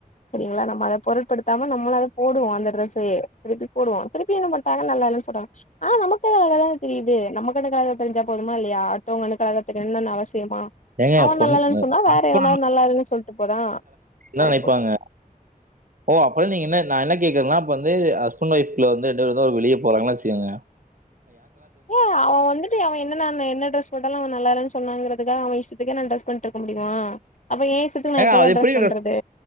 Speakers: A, on the left; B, on the right.
A: சரிங்களா நம்ம அத பொருட்படுத்தாம நம்லவே அத போடுவோம் அந்த டிரஸ்சு திருப்பி போடுவோம் திருப்பி என்ன பண்ட நல்லல்ல சொல்றாங் ஆஹ நமக்கு நல்லா தானே தெரியுது நம்ம கண்ணுகாக தெரிஞ்ச போதுமா இல்லையா அத்தவங்க கண்ணுகாக தெரியுனும் என்ன அவச தேமா
B: ஏங்க
A: அவன்
B: பொண்ணு
A: நல்லான்னு சொன்னா வேற
B: ஹஸ்பண்ட்
A: எவனாவது நல்லான்னு சொல்லிட்டு போறான்
B: என்ன
A: அத
B: நினைப்பாங்க
A: போட்
B: ஓ அப்பறம் நீங்க என்ன நான் என்ன கேக்குறேன்னா இப்ப வந்து ஹஸ்பண்ட் ஓஃப் வந்து ரெண்டு பேரும் வெளிய போறான்ன வச்சக்கங்க
A: ஏ அவன் வந்துட்டு அவன் என்ன நான் என்ன ட்ரெஸ் போட்டாலும் அவன் நல்லா இருன்னு சொன்னாங்கற ஏதோ அவன் இஷ்டத்துக்கே நான் ட்ரெஸ் பண்ணிட்டு இருக்க முடியுமா அப்ப ஏன் இஷ்டத்துக்கு நான்
B: ஏ
A: எப்பதான்
B: அது எப்படி
A: ட்ரெஸ் பண்றது